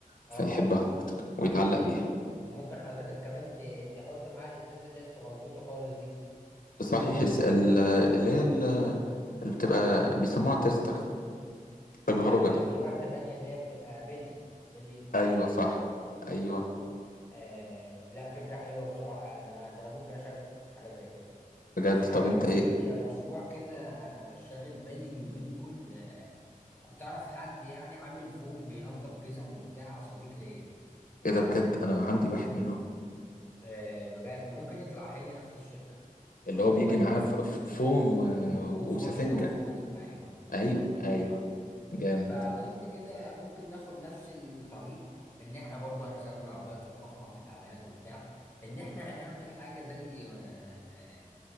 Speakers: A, on the left (about 70°); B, on the left (about 15°).
A: فيحبها
B: اه
A: أكتر ويتعلق
B: ايوه
A: بيها
B: ايوه ممكن حضرتك كمان ت- تحط معاها الازازة اللي هي الصغنطوطة خالص دي
A: صحيح الس- ال- اللي هي ال- اللي بتبقى بيسموها تيستر التجربة
B: لا
A: دي
B: في واحدة تانية اللي هي بتبقى بلية بلية
A: أيوة
B: حوت
A: صح أيوة
B: آه لا فكرة حلوة بصراحة يعني ده انا ده انا ممكن اشاركك في حاجة زي كده
A: بجد
B: بس انا
A: طب
B: كان
A: أنت
B: في
A: إيه
B: مشروع كده شاغل بالي اليومين دول آه كنت اعرف حد يعني عامل فوم بينظف جزم وبتاع صديق ليا
A: ايه ده بجد انا عندي واحد منهم
B: آه بجد ممكن يطلع هي نفس الشركة
A: اللي
B: عموما
A: هو بيجي معاه ف- ف- فوم و...
B: وفرشة
A: وسفنجة
B: وفوطة أيوه
A: ايوه ايوه جامد
B: فقلت كده ممكن ناخد نفس الطريق بإن إحنا برضو هنستخدم العربيات الفخمة في الإعلانات وبتاع بإن إحنا هنعمل حاجة زي آه، آه،